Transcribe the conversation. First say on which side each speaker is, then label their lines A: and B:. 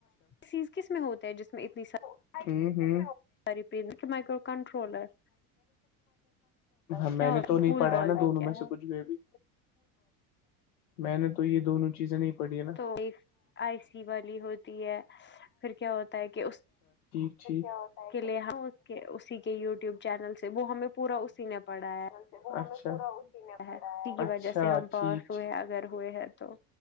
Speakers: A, on the left; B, on the left.
A: چیز کس میں ہوتا ہے جس میں اتنی س
B: ہوں ہوں
A: سری پ میکرو کنٹرولر
B: میں
A: کیا
B: نے
A: ہو
B: تو نہیں
A: بھول
B: پڑا
A: بھال
B: نا دونوں
A: بھی کیا
B: میں سے
A: ہے
B: کچھ بھی بھی میں نے تو یہ دونوں چیزیں نہیں پڑھی
A: تو آئی سی والی ہوتی ہے پھر کیا ہوتا ہے کہ اس
B: چھ کیا ہو
A: کے لیے اسی کے یو ٹیوب چینل سے وہ ہمیں پورا اسی نے پڑھا ہے
B: <inaudible>
A: اسی کی وجہ
B: ہے
A: سے ہم
B: اسی
A: پاس ہوئے ہیں اگر ہوئے ہیں تو